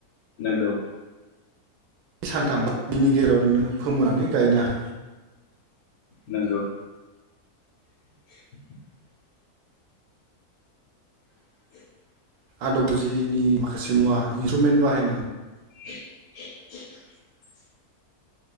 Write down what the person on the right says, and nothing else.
सानथाम बिनि गेजेरावनो नोङो फोमोनानै गायनो हायो
आदब जिनि माखासे मुवा इन्सट्रुमेन्ट बाहायनानै